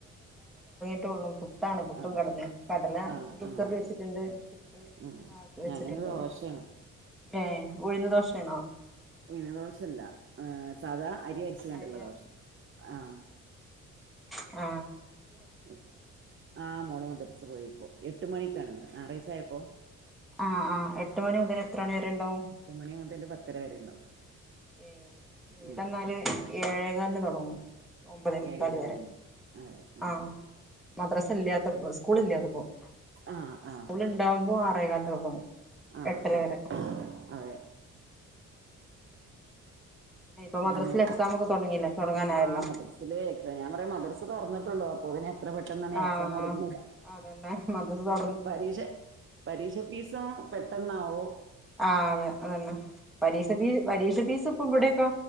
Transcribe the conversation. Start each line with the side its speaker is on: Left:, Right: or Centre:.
Centre: ഇത്രള്ളൂ ഫുഡ് പുട്ടാണ് പുട്ടും
Right: ആഹ്
Centre: കടല കടല
Right: ആഹ്
Centre: കുക്കറിൽ
Right: ആഹ് അതെ
Centre: വെച്ചിട്ടുണ്ട് പുട്ട്
Right: ഉം
Centre: വെച്ചിട്ടുണ്ട്
Right: ഞാനിന്ന് ദോശയാണ്
Centre: ഏ ഉഴുന്ന് ദോശയാണോ
Right: ഉഴുന്നു ദോശ അല്ല ആ സാധാ അരി അരിച്ച്കാണ്ടുള്ള
Centre: അരി
Right: ദോശ ആഹ
Centre: ആ
Right: ഉം ആ മോള് മദ്റസയിൽ പോയിപ്പോ എട്ടു മണിക്കാണ് ഇന്ന് ഞാറാഴ്ച പ്പോ
Centre: ആ ആ എട്ട് മണി മുതൽ എത്ര മണി വരെ ഇണ്ടാവും
Right: എട്ട് മണി മുതൽ പത്തര വരെ ഉണ്ടാവും
Centre: ഏ ഇവിടെന്നാല്
Right: ഉം
Centre: ഏഴേകാലിന് തൊടങ്ങും ഒമ്പതേമുക്കാല്
Right: ഏഴേ കാലിനെല്ലാം
Centre: വരെ
Right: അതെ ഉം
Centre: ആ മദ്രസ് ഇല്ലാത്തപ്പം സ്കൂളില്ലാത്തപ്പം
Right: ആഹ് ആഹ്
Centre: സ്കൂളിണ്ടാവുമ്പോ ട്ടേക്കാലിലെ തുടങ്ങും
Right: ആഹ്
Centre: എട്ടര
Right: ആഹ്
Centre: വരെ
Right: അതെ
Centre: ഇപ്പൊ മദ്രസിൽ
Right: പിന്നെ
Centre: എക്സാം ഒക്കെ തുടങ്ങിയില്ലേ തുടങ്ങാനായല്ലോ
Right: മാ മദ്രസിലെ ഞാൻ പറയാ മദ്രസ് തുറന്നില്ലോ ട്ടോള്ള് അപ്പോന്നെ എത്ര പെട്ടെന്നാണീ
Centre: ആഹ്
Right: എക്സാമു കൊടുക്കുന്നത്
Centre: അതന്നെ മദ്രസ് തുടങ്ങി
Right: പരീക്ഷ പരീക്ഷ ഫീസോ പെട്ടെന്നാവോ
Centre: ആ അതെ അതന്നെ പരീസ ഫീ പരീഷ ഫീസ് ഇപ്പൊ ഇവിടെക്കോ